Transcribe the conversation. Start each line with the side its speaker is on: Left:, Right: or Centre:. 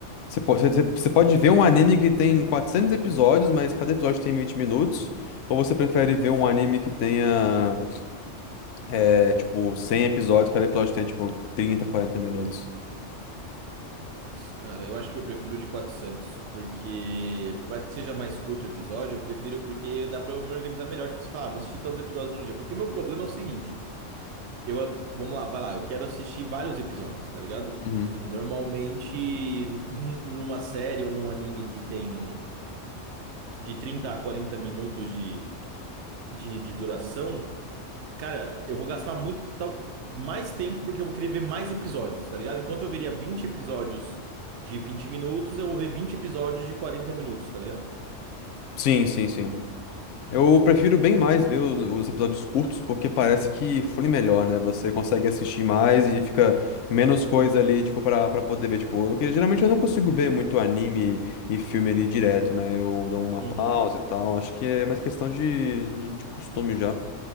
Left: Você pode, você você pode ver um anime que tem 400 episódios, mas cada episódio tem 20 minutos. Ou você prefere ver um anime que tenha, eh, tipo, 100 episódios, cada episódio tenha, tipo, 30 40 minutos?
Right: Putz, cara, eu acho que eu prefiro o de 400 porque por mais que seja mais curto o episódio, eu prefiro porque dá pra eu me organizar melhor. Tipo, você fala, ah, vou assistir tantos episódios num dia. Porque o meu problema é o seguinte. Eu, vamos lá, vai lá. Eu quero assistir vários episódios, tá ligado?
Left: Uhum.
Right: E normalmente, <laughs> numa série ou num anime que tem de 30 a 40 minutos de, de, de duração, cara, eu vou gastar muito tal- mais tempo porque eu vou querer ver mais episódios, tá ligado? Enquanto eu veria 20 episódios de 20 minutos, eu vou ver 20 episódios de 40 minutos, tá ligado?
Left: Sim, sim, sim. Eu prefiro bem mais ver os, os episódios curtos, porque parece que flui melhor, né? Você consegue assistir mais e fica menos coisa ali, tipo, pra, pra poder ver. Tipo, porque geralmente eu não consigo ver muito anime e filme ali direto, né? Eu dou uma
Right: Uhum.
Left: pausa e tal. Acho que é mais questão de, de, de costume já.